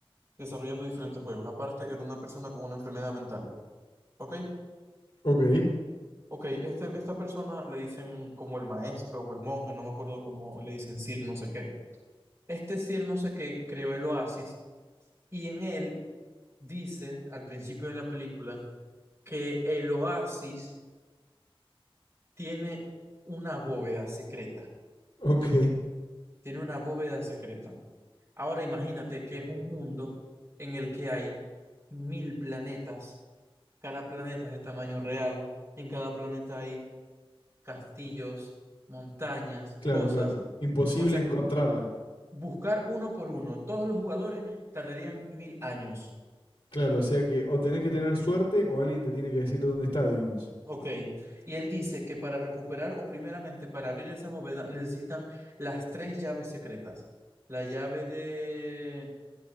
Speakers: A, on the right; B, on the left.
A: desarrollando diferentes juegos. Aparte, era una persona con una enfermedad mental. ¿Ok?
B: Ok,
A: Ok, este, esta persona le dicen como el maestro o el monje, no me acuerdo cómo le dicen Sir no sé qué. Este Sir no sé qué creó el Oasis y en él dice al principio de la película que el oasis tiene una bóveda secreta,
B: ok.
A: tiene una bóveda secreta. Ahora imagínate que es un mundo en el que hay mil planetas, cada planeta es de tamaño real, en cada planeta hay castillos, montañas,
B: Claro,
A: cosas,
B: claro. Imposible
A: o sea,
B: encontrarla.
A: buscar uno por uno, todos los jugadores tardarían mil años
B: Claro, o sea que o tenés que tener suerte o alguien te tiene que decir dónde está, digamos.
A: Ok, y él dice que para recuperar o primeramente para abrir esa bóveda necesitan las tres llaves secretas. La llave de...